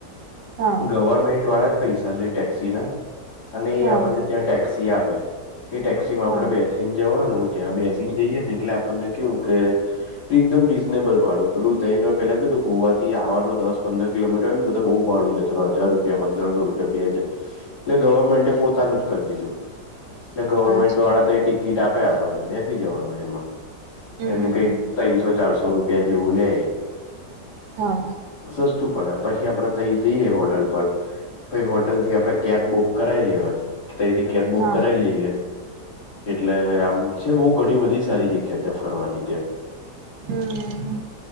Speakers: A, on the right; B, on the left.
A: હા
B: ગવર્મેન્ટ વાળા જ પૈસા લે ટેક્સી ના અને એ
A: હા
B: આપણને ત્યાં ટેક્સી આપે એ ટેક્સી માં
A: હા
B: આપડ બેસીને જવાનું ત્યાં બેસીને જઈએ ને એટલે આપણને કેવું કે એકદમ રીઝનેબલ વાળું પેલું તર પેલા ક ગોવાથી આવવાનું દસ પંદર કિલોમીટર ને બધ બુ ભાું લે હજાર રૂપ પંદરસો રૂપિયા બેાય છે. એટલે ગવર્મેન્ટ પોતાનું જ કરી દીધું એટલે ગવર્મેન્ટ
A: અચ્છા
B: વાળા તો એ ટિકિટ આપે આપણને બેસી જવાનું એમાં
A: હમ
B: એને કઈક ત્રનસો ચારસો રૂપિયા જેવું લે
A: હા.
B: સસ્તું પડે પછી આપડે તઈ જઈએ હોટલ પર પ હોટલ થી આપડે કેબ બુક કરાવી લેવાની તથી કેબ બુક
A: હા
B: કરાવાઈ લઈએ. એટલે આમ છે બહ ઘણી બધી સારી જગ્યા છે ફરવાની ત્યાં
A: હમ.